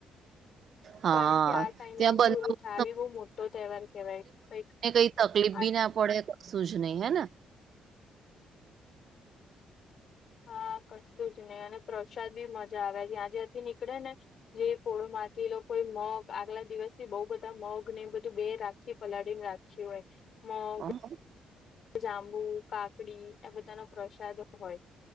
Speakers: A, on the right (about 60°); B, on the left (about 55°).
A: હા
B: કારણ કે આ ટાઈમમાં
A: ત્યાં
B: બી
A: બંદોબસ્ત
B: ઓલું થાય બી બહુ મોટો તહેવાર કેવાય કઈક
A: ને કઈ તકલીફ બી
B: આ
A: ના પડે કશું જ નહી હે
B: હા કચતું જ નઈ અને પ્રસાદ બી મજા આવે જ્યાં જ્યાંથી નીકળે ને જે કોળો માંથી એ લોકો મગ આગલા દિવસ થી બહુ બધા મગ ને બધું બે રાત થી પલાડીને રાખ હોય મગ
A: હા
B: જાંબુ કાકડી આ બધાના પ્રસાદો હોય